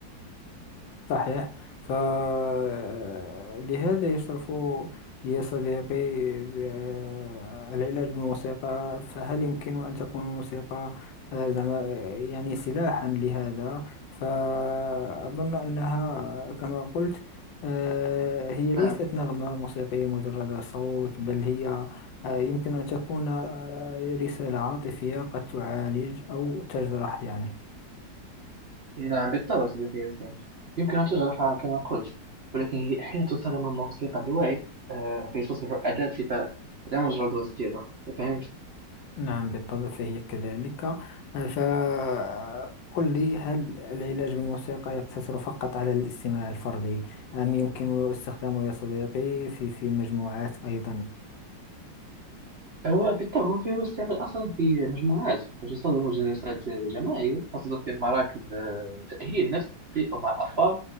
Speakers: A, on the left; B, on the right.
A: صحيح فلهذا يشرف يا صديقي آه، العلاج بالموسيقى فهل يمكن أن تكون الموسيقى آه، زعما آه، يعني سلاحا لهذا فأظن أنها كما قلت آه، هي ليست
B: نعم
A: نغمة موسيقية مجرد صوت بل هي آه، يمكن أن تكون آه، رسالة عاطفية قد تعالج أو تجرح يعني
B: نعم بالطبع صديقي ياسين يمكن أن تجرحها كما قلت ولكن هي أحيانا تستخدم الموسيقى بوعي آه، فتصبح أداة شفاء لا مجرد وسيلة فهمت؟
A: نعم بالطبع فهي كذلك آه، فقل لي هل العلاج بالموسيقى يقتصر فقط على الاستماع الفردي أم يمكن استخدامه يا صديقي في في مجموعات أيضا
B: هو بالطبع فهو يستعمل أصلا في مجموعات وتستخدم جلسات جماعية خاصة في مراكز آه، تأهيل نفسي أو مع الأطفال